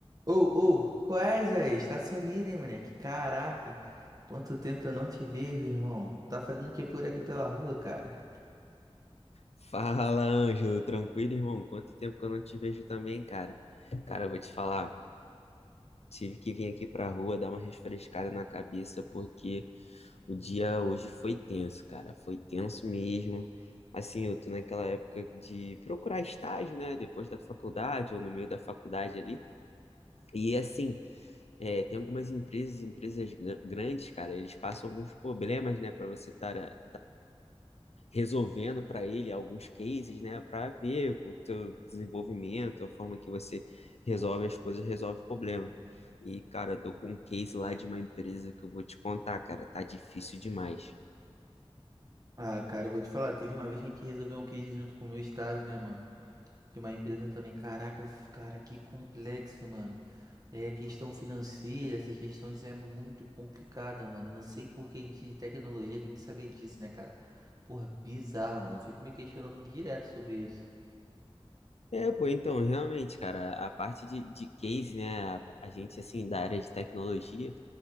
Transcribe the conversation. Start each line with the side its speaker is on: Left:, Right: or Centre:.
Right: Ô, ô, qual é, Isaías? Tá sumido, hein, moleque? Caraca, quanto tempo eu não te vejo, irmão. Tá fazendo o que por aqui pela rua, cara?
Left: Fala, Ângelo, tranquilo, irmão? Quanto tempo que eu não te vejo também, cara? Cara, eu vou te falar, tive que vir aqui pra rua dar uma refrescada na cabeça porque o dia hoje foi tenso, cara, foi tenso mesmo. Assim, eu tô naquela época de procurar estágio, né, depois da faculdade ou no meio da faculdade ali. E assim, é, tem algumas empresas, empresas gra- grandes, cara, eles passam alguns problemas, né, pra você estar resolvendo para ele alguns cases, né, para ver o teu desenvolvimento, a forma que você resolve as coisas, resolve o problema. E, cara, eu tô com um case lá de uma empresa que eu vou te contar, cara, tá difícil demais.
Right: Ah, cara, eu vou te falar, teve uma vez que a gente resolveu um case junto pro meu estágio, né, mano? De uma empresa também. Caraca, f- cara, que complexo, mano. É, questão financeira, essas questões é muito complicada, mano. Eu não sei por que a gente de tecnologia tem que saber disso, né, cara? Porra, bizarro, mano. Eu fico me questionando direto sobre isso.
Left: É, pô, então, realmente, cara, a parte de, de case, né, a, a gente, assim, da área de tecnologia,